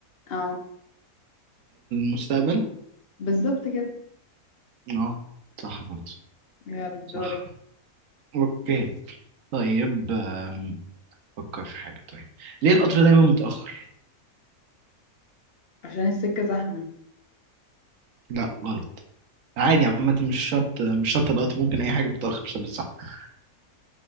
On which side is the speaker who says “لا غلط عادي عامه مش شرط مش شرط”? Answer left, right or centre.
Right